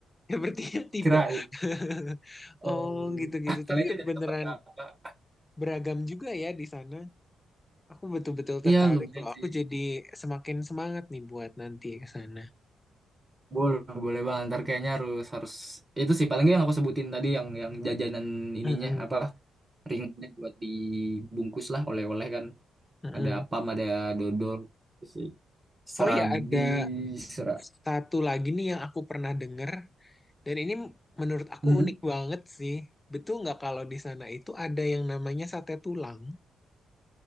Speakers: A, on the left; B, on the right.
A: ya berarti tidak.
B: <laughs> Kirain.
A: <laughs> Oh
B: Em,
A: gitu-gitu.
B: <laughs> Kalian
A: Tapi
B: dari
A: beneran
B: tempat kakak.
A: beragam juga ya di sana. Aku betul-betul
B: Iya
A: tertarik
B: lumayan
A: loh.
B: sih.
A: Aku jadi semakin semangat nih buat nanti ke sana.
B: Boleh, boleh bang. Ntar kayaknya harus harus itu sih paling nggak yang aku sebutin tadi yang yang jajanan ininya
A: Mm-mm,
B: apa ringnya buat dibungkus lah oleh-oleh kan.
A: mm-mm.
B: Ada apam, ada dodol, sih. serabi,
A: Oh ya, ada
B: sera,
A: satu lagi nih yang aku pernah denger. Dan ini menurut aku
B: Hmm.
A: unik banget sih. Betul nggak kalau di sana itu ada yang namanya sate tulang?